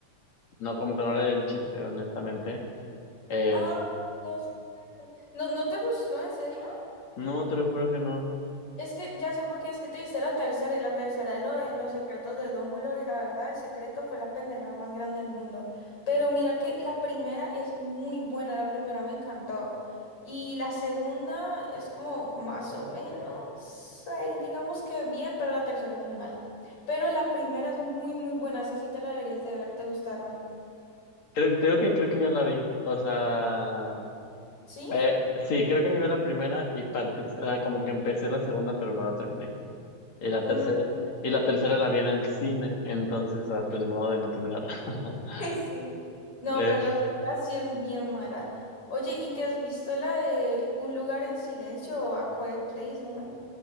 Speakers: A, on the left; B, on the left.
A: no, como que no era el chiste, honestamente. Este,
B: Ah, ya sé. ¿No, no te gustó, en serio?
A: no, te lo juro que no.
B: Es que ya sé por qué, es que te viste la tercera y la tercera es lo de los secretos de Dumbledore y la verdad, el secreto fue la pendejada más grande del mundo. Pero mira que la primera es muy buena, la primera me encantó. Y la segunda es como más o menos, ahí digamos que bien, pero la tercera es muy mala. Pero la primera es muy, muy buena, esa sí te la deberías de ver, te gustará.
A: Creo, creo que creo que ya la vi. O sea,
B: ¿Sí?
A: eh, sí, creo que me vi la primera y parte, o sea, como que empecé la segunda, pero no la terminé. Y la
B: Mm,
A: tercera, y la tercera la vi en el cine, entonces ah, pues ni modo de no terminarla. <laughs>
B: <laughs> sí. No,
A: Eh,
B: pero la tarjeta sí es bien mala. Oye, ¿y te has visto la de Un lugar en silencio o A Quiet Place? No me...